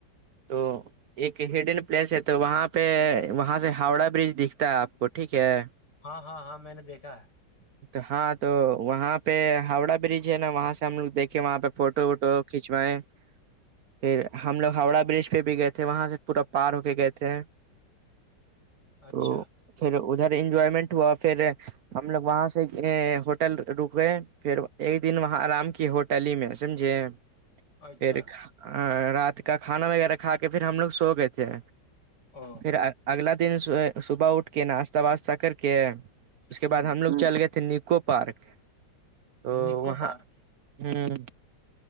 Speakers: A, on the right; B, on the left.
A: تو ایک ہڈن پلیس ہے تو وہاں پہ وہاں سے ہاوڑا برج دکھتا ہے آپ کو ٹھیک ہے
B: ہاں ہاں ہاں میں نے دیکھا ہے
A: <inaudible> تو ہاں تو وہاں پہ ہاوڑا برج ہے نا وہاں سے ہم لوگ دیکھے وہاں پہ فوٹو ووٹو کھینچوائے پھر ہم لوگ ہاوڑا برج پہ بھی گئے تھے وہاں سے پورا پار ہو کے گئے تھے
B: اچھا
A: تو پھر ادھر انجوائمنٹ ہوا پھر ہم لوگ وہاں سے ہوٹل رکئے پھر ایک دن وہاں آرام کیے ہوٹل ہی میں سمجے
B: اچھا
A: پھر رات کا کھانا وغیرہ کھا کے پھر ہم لوگ سو گئے تھے
B: او
A: پھر اگلا دن صبح اٹ کے ناشتہ واسہ کر کے
B: ہوں
A: اس کے بعد ہم لوگ چل گئے تھے نکو پارک تو
B: نکو
A: وہاں
B: پارک
A: ہوں